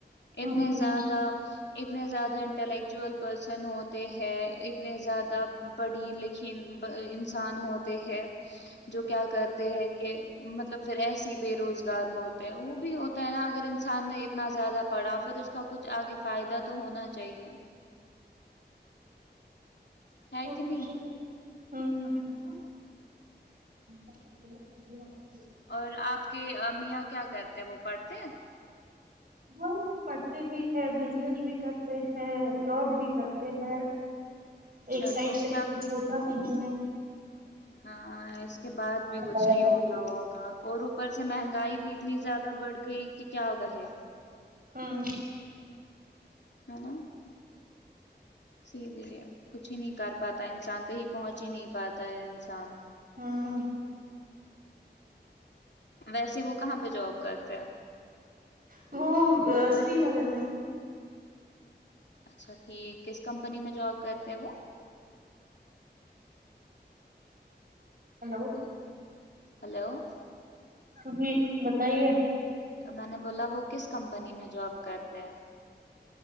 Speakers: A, on the right; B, on the left.
A: ہاں
B: اتنے
A: ہاں
B: زیادہ اتنے زیادہ انٹلیکچو پرسن ہوتے ہیں نے زیادہ پڑھیں لکھیں انسان ہو ت ہے <unintelligible> جو کیا کرتے ہیں کہ مطلب پھر ایسی بے روزگار ہوتا ہے وہ بھی ہوتا ہے نا اگر انسان نے اتنا زیادہ پڑا پھر اس کا کچھ آگے فائدہ تو ہونا چاہیے ہے
A: ہو
B: کہ نہیں
A: تو <unintelligible> <unintelligible>
B: اور آپ کے میاں کیا کرتے ہیں وہ پڑھتے
A: ہاں پڑھتے بھی ہیں بزنس بھی کرتے ہیں جاب بھی کرتے ہیں
B: اچھا
A: ایک سائڈ سے
B: کیا
A: تو کچھ ہوتا نہیں ہے
B: ہاں اس کے بعد بھی کچھ
A: ہوں
B: نہیں ہوتا ہوگا اور اوپر سے مہنگائی بھی اتنی زیادہ بڑھ گئی کہ کیا کہے
A: ہاں
B: ہ نا سی لی ہے کچھ ہی نہیں کر پاتا انسان کہیں پہنچ ہی نہیں پاتا ہے انسان
A: ہوں
B: ویسے وہ کہاں پہ جاب کرتے ہیں
A: وہ سری نگر میں ہی
B: اچھا ٹھیک کس کمپنی میں جاب کرتے وہ
A: ہلو <unintelligible>
B: ہلو <unintelligible>
A: جی بتائیے
B: میں نے بولا وہ کس کمپنی میں جوب کرتے ہیں